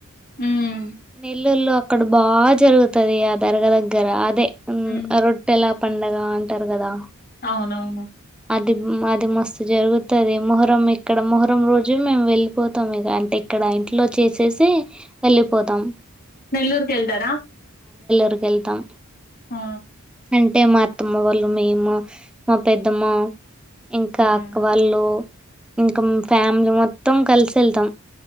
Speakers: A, on the left; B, in the centre.
A: మ్మ్
B: నెల్లూరులో అక్కడ బా జరుగుతది. ఆ దర్గా దగ్గర అదే
A: హ్మ్.
B: అ రొట్టెలా పండగ అంటారు కదా
A: అవునవును
B: అది అది మస్తు జరుగుతది. మొహరం ఇక్కడ మొహరం రోజు మేము వెళ్ళిపోతాం ఇక అంటే ఇక్కడ ఇంట్లో చేసేసి వెళ్ళిపోతాం.
A: నెల్లూరుకెళ్తరా
B: అక్కడికి వెళ్తాం
A: ఆ
B: అంటే మా అత్తమ్మ వాళ్ళు మేము మా పెద్దమ్మ ఇంకా
A: హ్మ్.
B: అక్క వాళ్ళు ఇంకామ్ ఫ్యామిలీ మొత్తం కలిసి వెళ్తాం